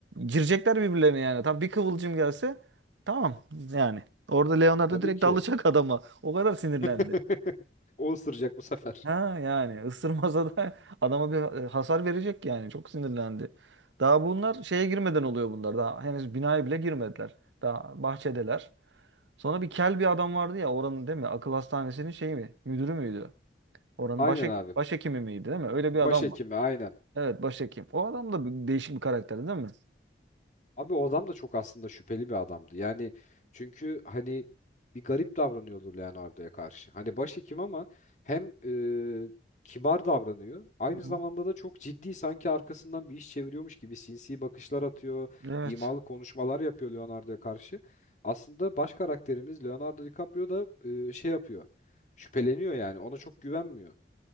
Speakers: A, on the right; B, on the left.
A: girecekler birbirlerine yani. Tam bir kıvılcım gelse tamam yani. Orada Leonardo
B: Tabii
A: direkt
B: ki.
A: dalacak <laughs> adama. O kadar sinirlendi.
B: <laughs> O ısıracak bu sefer.
A: Ha yani ısırmasa da <laughs> adama bir e, hasar verecek yani. Çok sinirlendi. Daha bunlar şeye girmeden oluyor bunlar. Daha henüz binaya bile girmediler. Daha bahçedeler. Sonra bir kel bir adam vardı ya oranın değil mi? Akıl hastanesinin şeyi mi? Müdürü müydü? Oranın
B: Aynen
A: başhek
B: abi.
A: başhekimi miydi değil mi? Öyle bir adam
B: Başhekimi
A: var.
B: aynen.
A: Evet başhekim. O adam da bir- değişik bir karakter değil mi?
B: Abi o adam da çok aslında şüpheli bir adamdı. Yani çünkü hani bir garip davranıyordu Leonardo'ya karşı. Hani başhekim ama hem e, kibar davranıyor. Aynı
A: Hı
B: zamanda
A: hı.
B: da çok ciddi sanki arkasından bir iş çeviriyormuş gibi sinsi bakışlar atıyor.
A: Evet.
B: imalı konuşmalar yapıyor Leonardo'ya karşı. Aslında baş karakterimiz Leonardo DiCaprio da e, şey yapıyor. Şüpheleniyor yani ona çok güvenmiyor.